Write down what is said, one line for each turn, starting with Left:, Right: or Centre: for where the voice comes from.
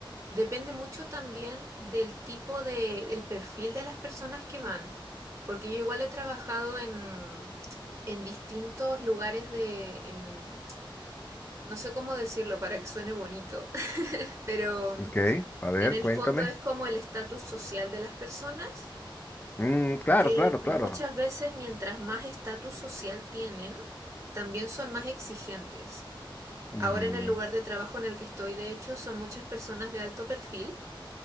Right: Depende mucho también del tipo de, el perfil de las personas que van. Porque yo igual he trabajado en, en distintos lugares de, en, no sé cómo decirlo para que suene bonito, <laughs> pero
Left: ok, a ver,
Right: en el
Left: cuéntame.
Right: fondo es como el estatus social de las personas,
Left: Mm, claro,
Right: que
Left: claro,
Right: muchas
Left: claro.
Right: veces mientras más estatus social tienen, también son más exigentes.
Left: Mm,
Right: Ahora en el lugar de trabajo en el que estoy, de hecho, son muchas personas de alto perfil